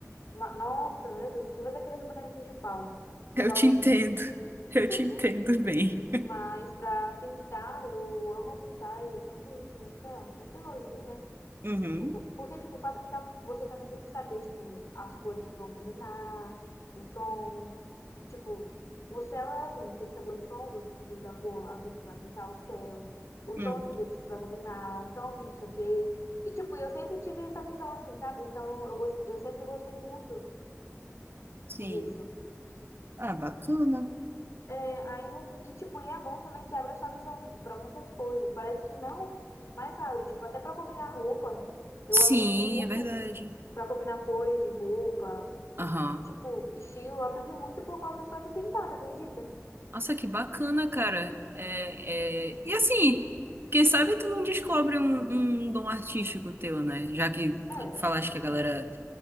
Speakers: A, on the left (about 70°); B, on the right (about 50°).
A: Ma- nossa, meu Deus, você faz aqueles bonequinhos de pau,
B: Eu
A: de pauzinho.
B: te entendo. Eu
A: <laughs>
B: te entendo bem.
A: Mas pra pintar, eu amo pintar e eu sempre isso, muita, muito elogio, né?
B: Uhum.
A: Por- Porque, tipo, pra pintar, você também tem que saber, tipo, as cores que vão combinar, o tom. Tipo, o céu é azul, mas tem que saber o tom do, do- da cor azul que vai pintar o céu, o
B: Hum.
A: tom de verde que vai combinar, o tom de não sei o quê. E, tipo, eu sempre tive essa visão assim, sabe? Então, eu, gos- eu sempre gostei muito
B: Sim.
A: disso.
B: Ah, bacana.
A: É, aí no, e, tipo, e é bom também que abra sua visão, tipo, pra muitas coisas. Parece que não, mas abre. Tipo, até pra combinar roupa, eu
B: Sim,
A: aprendi muito
B: é verdade.
A: pra combinar cores de roupa,
B: Aham.
A: tipo, estilo. Eu aprendi muito por causa só de pintar, tu acredita?
B: Nossa, que bacana, cara. É, é... E assim, quem sabe tu não descobre um, um dom artístico teu, né? Já que
A: É.
B: falaste que a galera